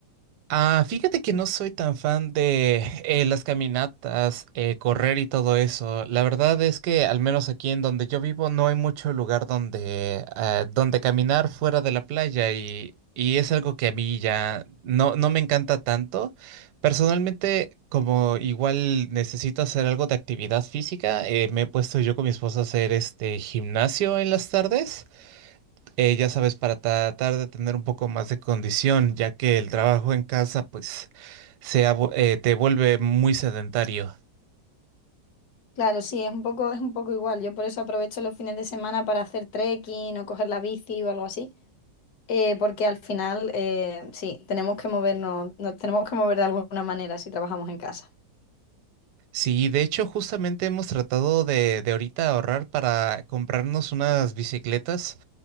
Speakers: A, on the right; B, on the left.
A: Ah, fíjate que no soy tan fan de eh, las caminatas, eh, correr y todo eso. La verdad es que al menos aquí en donde yo vivo no hay mucho lugar donde, ah, donde caminar fuera de la playa y, y es algo que a mí ya no, no me encanta tanto. Personalmente, como igual necesito hacer algo de actividad física, eh, me he puesto yo con mi esposa a hacer este gimnasio en las tardes. eh, ya sabes, para tratar de tener un poco más de condición, ya que el trabajo en casa, pues, se ha vu- eh, te vuelve muy sedentario.
B: Claro, sí, es un poco, es un poco igual. Yo por eso aprovecho los fines de semana para hacer trekking o coger la bici o algo así, eh, porque al final, eh, sí, tenemos que movernos, nos tenemos que mover de alguna manera si trabajamos en casa.
A: Sí, de hecho, justamente hemos tratado de, de ahorita ahorrar para comprarnos unas bicicletas